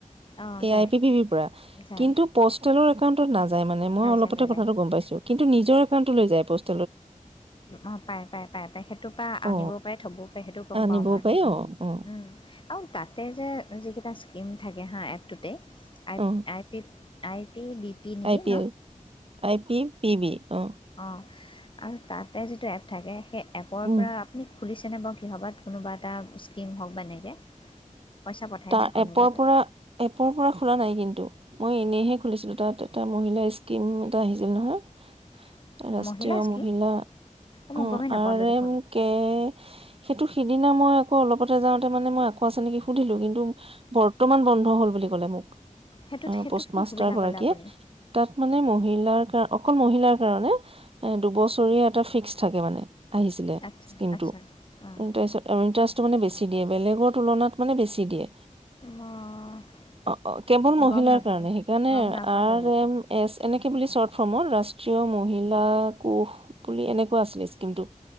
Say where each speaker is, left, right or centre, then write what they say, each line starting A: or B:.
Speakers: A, on the left (about 40°); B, on the right (about 45°).
A: অঁ
B: এয়া
A: যায়
B: আই পি বি বি পৰা
A: যায়
B: কিন্তু প'ষ্টেলৰ একাউণ্টত নাযায় মানে মই
A: নাযায়
B: অলপতে
A: নাযায়
B: কথাটো গম পাইছো কিন্তু নিজৰ একাউণ্টলৈ যায় পষ্ট
A: অ পাই পাই পাই সেইটোপা
B: অ
A: আনিবও পাৰে থ'বও পাৰে সেইটো গম
B: আনিবও
A: পাওঁ মই
B: পাৰি অ অ
A: উম আও তাতে যে যিকেইটা স্কিম থাকে হাঁ এপটোতে আই
B: অ
A: আই পিপ, আই পি বি নেকি
B: আই পি
A: ন
B: L I P B B অ
A: অ আৰু তাতে যিটো এপ থাকে সেই এপৰ
B: উম
A: পৰা আপুনি খুলিছেনে বাও কিহবাত কোনোবা এটা স্কীম হওক বা এনেকে পইচা পঠায়নে
B: তাৰ
A: কোনোবা
B: এপৰ
A: তাত
B: পৰা এপৰ পৰা খোলা নাই কিন্তু মই এনেইহে খুলিছিলো তাত এটা মহিলা স্কিম এটা আহিছিল নহয়
A: <inaudible>
B: ৰাষ্ট্ৰীয়
A: স্কীম
B: মহিলা
A: অঁ মই
B: অ
A: গমেই নাপালোঁ
B: আৰে
A: দেখোন
B: মোক কে সেইটো সিদিনা মই আকৌ অলপতে যাওঁতে মানে মই আকৌ আছে নেকি সুধিলো কিন্ তো বৰ্তমান বন্ধ হল বুলি ক'লে মোক
A: সেইটোত সেইটোত
B: পোচ
A: কি
B: মাষ্টাৰ
A: সুবিধা
B: গৰাকীয়ে
A: পালে আপুনি
B: তাত মানে মহিলাৰ কাৰ অকল মহিলাৰ কাৰণে এ দুবছৰীয়া এটা ফিক্স থাকে মানে আহিছিলে
A: আচ্ছা
B: স্কিম
A: আচ্ছা
B: টো
A: অঁ
B: তাৰপিছত আৰু ইণ্টাৰেষ্টটো মানে বেছি দিয়ে বেলেগৰ তুলনাত মানে বেছি দিয়ে
A: মই
B: অ কেৱল মহিলাৰ
A: গম নাপালোঁ
B: কাৰণে সেইকাৰণে
A: গম নাপালোঁ
B: আৰেম
A: মই
B: এছ এনেকে বুলি চৰ্ট ফৰ্মত ৰাষ্ট্ৰীয় মহিলা কোষ বুলি এনেকুৱা আছিলে স্কিমটো